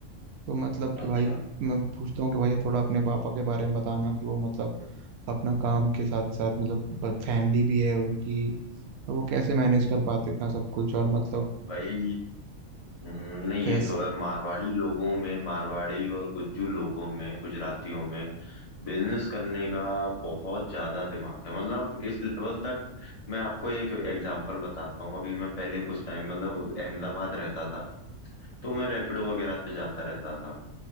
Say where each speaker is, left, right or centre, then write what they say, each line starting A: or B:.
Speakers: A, on the right; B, on the left.
A: तो मतलब कि
B: अच्छा
A: भाई मैं पूछता हूँ कि भाई थोड़ा अपने पापा के बारे में बताना कि वो मतलब अपना काम के साथ साथ मतलब फैमिली भी है उनकी और वो कैसे मैनेज कर पाते इतना सब कुछ और मतलब
B: भाई हम्म, नहीं
A: कैसे
B: ये तो है मारवाड़ी लोगों में मारवाड़ी और गुज्जू लोगों में गुजरातियों में बिजनेस करने का बहुत ज्यादा दिमाग है मतलब इस लेवल तक मैं आपको एक एग्जांपल बताता हूँ अभी मैं पहले कुछ टाइम मतलब अहमदाबाद रहता था तो मैं रैपिडो वगैरह से जाता रहता था